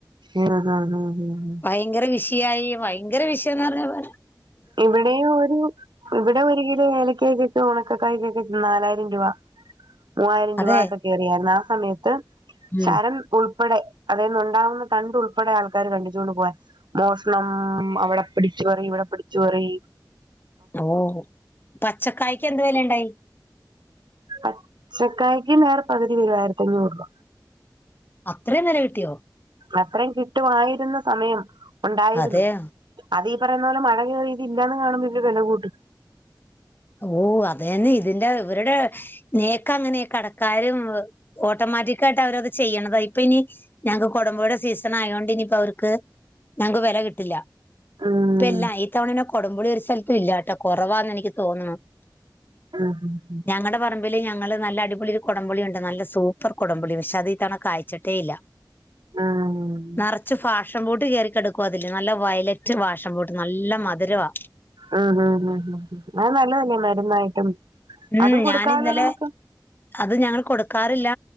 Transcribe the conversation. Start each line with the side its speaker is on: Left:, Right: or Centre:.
Right: ആഹ് ഹാ ഹാ ഹാ ഹാ
Left: ഭയങ്കര വിഷയായി ഭയങ്കര വിഷയന്ന് പറഞ്ഞ പോര
Right: ഇവിടെ ഒരു ഇവിടെ ഒര് കിലോ ഏലക്കായ്ക്ക ഉണക്കക്കായ്ക്കൊക്കെ നാലായിരം രൂപ മൂവായിരം
Left: അതെ
Right: രൂപ ഒക്കെ കേറിയായിരുന്നു ആ സമയത്ത് ശാരം
Left: ഉം
Right: ഉൾപ്പെടെ അതീന്ന് ഉണ്ടാവുന്ന തണ്ട് ഉൾപ്പെടെ ആൾക്കാര് കണ്ടിച്ചുകൊണ്ട് പോകാൻ മോഷണം അവിടെ പിടിച്ച്പറി ഇവിടെ പിടിച്ച്പറി
Left: ഓ പച്ചക്കായ്ക്ക് എന്തു വിലണ്ടായി
Right: പച്ചക്കായ്ക്ക് നേർ പകുതി വില ആയിരത്തി അഞ്ഞൂറ് രൂപ
Left: അത്രയും വില കിട്ടിയോ
Right: അത്രയും കിട്ടുമായിരുന്ന സമയം ഒണ്ടായിരുന്നു
Left: അതെയ
Right: അതീ പറയുന്ന പോലെ മഴയീതിരെയില്ലയന്ന് കാണുമ്പോ ഇവര് വില കൂട്ടി
Left: ഓ അതന്നെ ഇതിന്റെ ഇവരുടെ നേക്കങ്ങനെ കടക്കാരും ഓട്ടോമാറ്റിക്കായിട്ട് അവരത് ചെയ്യണതാ ഇപ്പ ഇനി ഞങ്ങക്ക് കോടമ്പോ യുടെ സീസൺ ആയോണ്ട് ഇനിയിപ്പോ അവർക്ക് ഞങ്ങക്ക് വെല കിട്ടില്ല
Right: ആഹ്
Left: ഇല്ല ഈ തവണേന്നെ കൊടമ്പുളി ഒരു സ്ഥലത്തും ഇല്ലാട്ടോ കൊറവാന്നെനിക്ക് തോന്നുണു
Right: ആഹ് ഹാ ഹാ
Left: ഞങ്ങളുടെ പറമ്പില് ഞങ്ങള് നല്ല അടിപൊളി ഒരു കോടമ്പൊളിയുണ്ട് നല്ല സൂപ്പർ കൊടമ്പുളി പക്ഷെ അത് ഇത്തവണ കായ്ച്ചിട്ടേ ഇല്ല
Right: ഉം
Left: നറച്ച് ഫാഷം ഫ്രൂട്ട് കയറിക്കെട ക്കുവാ അതില് നല്ല വയലറ്റ് വാഷം ഫ്രൂട്ട് നല്ല മധുരവാ
Right: ഉം ഉം ഉ അത് നല്ലതല്ലേ മരുന്നായിട്ടും
Left: ഉം
Right: അതും കൊടുക്കാലോ
Left: ഞാൻ ഇന്നലെ
Right: നമുക്ക്
Left: അത് ഞങ്ങള് കൊടുക്കാറില്ല